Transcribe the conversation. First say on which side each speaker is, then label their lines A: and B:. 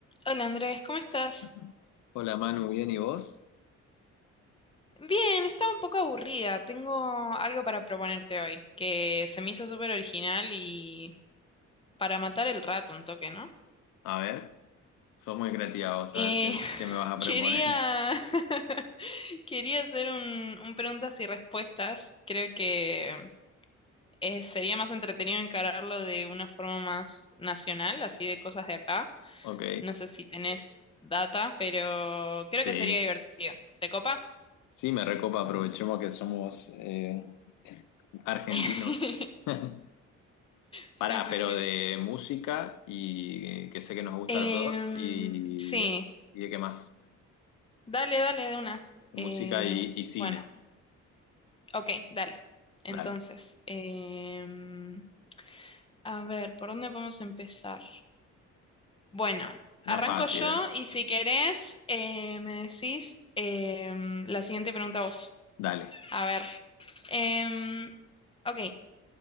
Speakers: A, on the left; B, on the left.
A: Hola Andrés, ¿cómo estás?
B: Ajá. Hola Manu, bien, ¿y vos?
A: Bien, estaba un poco aburrida. Tengo algo para proponerte hoy, que se me hizo súper original y para matar el rato un toque, ¿no?
B: A ver, sos muy creativa vos,
A: Eh,
B: a ver qué,
A: <laughs>
B: qué me vas a proponer.
A: quería,
B: <laughs>
A: <laughs> quería hacer un, un preguntas y respuestas. Creo que eh, sería más entretenido encararlo de una forma más nacional, así de cosas de acá.
B: Ok,
A: No sé si tenés data, pero creo
B: sí,
A: que sería divertido. ¿Te copa?
B: sí, me recopa, aprovechemos que somos eh, argentinos.
A: <laughs>
B: <laughs>
A: Sí,
B: Pará,
A: sí,
B: pero
A: sí.
B: de música y que sé que nos gusta
A: Em,
B: a los dos y,
A: sí,
B: y de qué más.
A: dale, dale de una.
B: Música
A: Eh,
B: y, y cine.
A: bueno, ok, dale. Entonces,
B: Dale,
A: em, a ver, ¿por dónde podemos empezar? Bueno,
B: una
A: arranco
B: fácil,
A: yo
B: ¿eh?
A: y si querés, eh, me decís em, la siguiente pregunta vos.
B: Dale.
A: A ver, em, ok,